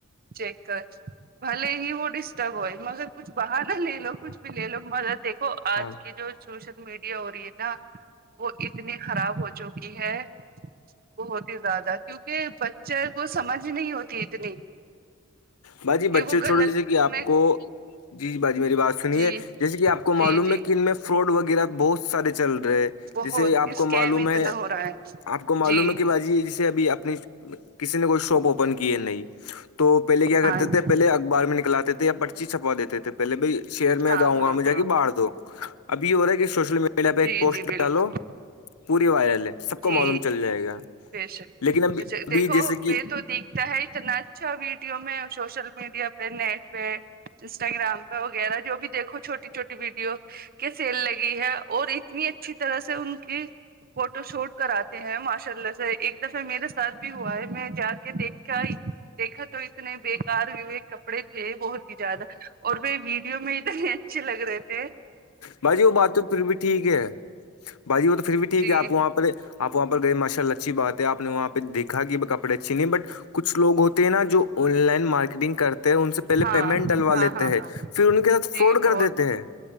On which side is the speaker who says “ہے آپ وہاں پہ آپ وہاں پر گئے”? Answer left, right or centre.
Left